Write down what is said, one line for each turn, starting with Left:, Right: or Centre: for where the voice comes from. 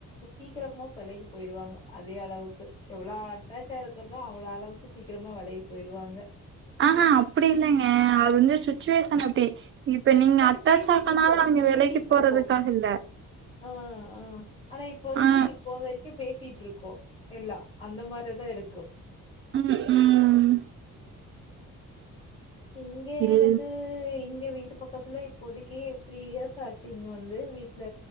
Left: சீக்கிரமா பிழகி போயிடுவாங்க அதே அளவுக்கு எவ்ளோ அட்டாச்சு ஆனதுக்கு அப்பற அவ்வளோ அளவுக்கு சீக்கிரமா விலகி போய்டுவாங்க
Right: ஆஹ்ஹா அப்டி இல்லங்க அது வந்து சுச்சுவேஷன் அப்டி இப்ப நீங்க
Left: பட்
Right: அட்டாச்
Left: பேசிட்டு
Right: ஆகனால
Left: இருக்கோம்.
Right: அவங்க
Left: பேசிட்டு
Right: விலக்கி போறதுக்காக
Left: இருக்கோம்.
Right: இல்ல
Left: ஆ ஆ ஆனா இப்போதைக்கு
Right: ஆ
Left: இப்போ வரைக் பேசிட்டு இருக்கோ எல்லா அந்த மாறிதா இருக்கு
Right: ம் ம்
Left: இங்க
Right: இல்ல.
Left: எனக்கு இங்க வீட்டு பக்கத்துல இப்போதைக்குே த்ரீ இயர்ஸ் ஆச்சு இங்க வந்து வீட்டுல